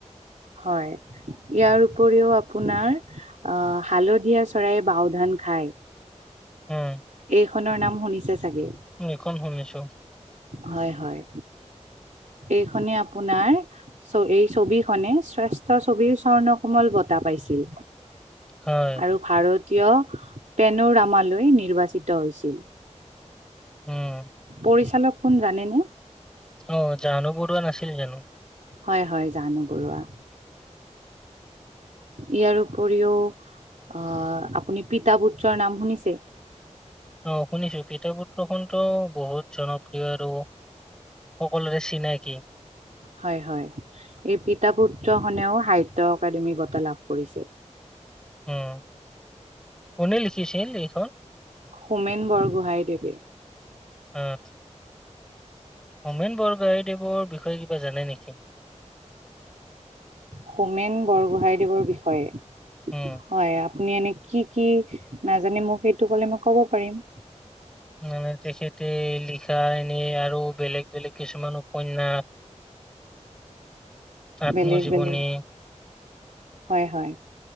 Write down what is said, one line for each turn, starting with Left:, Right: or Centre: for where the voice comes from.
Right: হয়, ইয়াৰ উপৰিও আপোনাৰ- অাহ, হালধীয়া চৰায়ে বাওধান খায়'।
Centre: উম।
Right: এইখনৰ নাম শুনিছে চাগে?
Centre: এইখন শুনিছোঁ।
Right: হয়, হয়। এইখনে আপোনাৰ ছ, এই ছবিখনে শ্ৰেষ্ঠ ছবিৰ 'স্বৰ্ণকোমল' বঁটা পাইছিল।
Centre: হয়।
Right: আৰু ভাৰতীয় পেনোৰামালৈ নিৰ্বাচিত হৈছিল।
Centre: উম।
Right: পৰিচালক কোন, জানেনে?
Centre: অহ, জাহ্নু বৰুৱা নাছিল জানো?
Right: হয় হয়, জাহ্নু বৰুৱা। ইয়াৰ উপৰিও, অহ' আপুনি 'পিতা-পুত্ৰ'ৰ নাম শুনিছে?
Centre: অ' শুনিছোঁ। 'পিতা-পুত্ৰ'খনতো বহুত জনপ্ৰিয় আৰু সকলোৰে চিনাকি।
Right: হয় হয়। এই 'পিতা-পুত্ৰ'খনেও 'সাহিত্যয অকাডেমি বঁটা' লাভ কৰিছে।
Centre: উম। কোনে লিখিছিল এইখন?
Right: হোমেন বৰগোহাঁই দেৱে
Centre: অঁ হোমেন বৰগোহাঁইঞদেৱৰ বিষয়ে কিবা জানে নেকি?
Right: হোমেন বৰগোহাইদেৱৰ বিষয়ে
Centre: উম
Right: হয় আপুনি এনে কি কি নাজানে মোক সেইটো কলে মই ক'ব পাৰিম।
Centre: মানে তেখেতে লিখা এনেই আৰু বেলেগ বেলেগ কিছুমান উপনয়াস, আত্মজীৱনী
Right: বেলেগ বেলেগ হয় হয়।